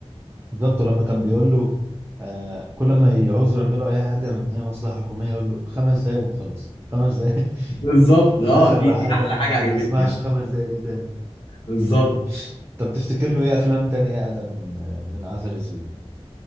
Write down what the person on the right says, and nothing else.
بالظبط لما كان بيقول له آه، كل ما يعوزوا يعملوا اي حاجه من اي مصلحه حكوميه يقول له خمس دقايق وخلص خمس دقايق <laughs>
في
الاخر
راح
قال
له انا
ما
ما اسمعش
خمس دقايق دي تاني
<laughs> طب تفتكر له ايه افلام تانية اقدم من عسل اسود